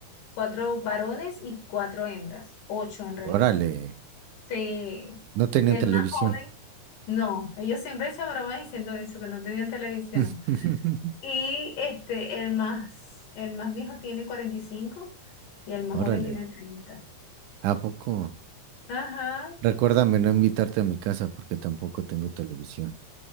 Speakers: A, on the left (about 85°); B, on the right (about 80°).
A: cuatro varones y cuatro hembras, ocho en realidad.
B: Órale,
A: Sí,
B: no tenían
A: el
B: televisión.
A: más joven, no, ellos siempre echan bromas diciendo eso, que no tenían televisión.
B: <laughs>
A: Y este, el más, el más viejo tiene cuarenta y cinco y el más joven
B: Órale,
A: tiene 30.
B: ¿a poco?
A: Ajá.
B: Recuérdame no invitarte a mi casa porque tampoco tengo televisión.